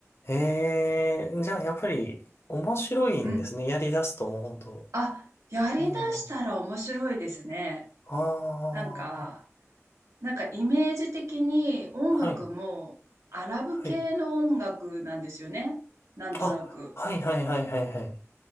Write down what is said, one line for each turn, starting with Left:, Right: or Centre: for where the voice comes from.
Left: ええ、じゃあやっぱり面白いんですね。
Right: うん。
Left: やり出すともう本当。
Right: あ、やりだしたら面白いですね。
Left: ええあ
Right: なんか、なんかイメージ的に音楽もアラブ系の音楽なんですよね。
Left: あ、はい、はい。
Right: なんとなく。
Left: あ、はい、はい、はい、はい、はい。